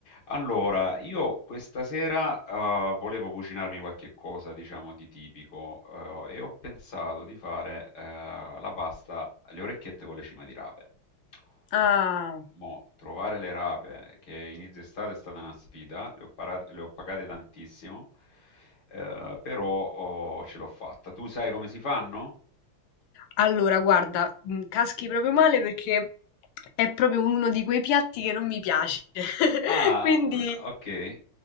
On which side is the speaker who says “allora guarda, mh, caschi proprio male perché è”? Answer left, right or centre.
Left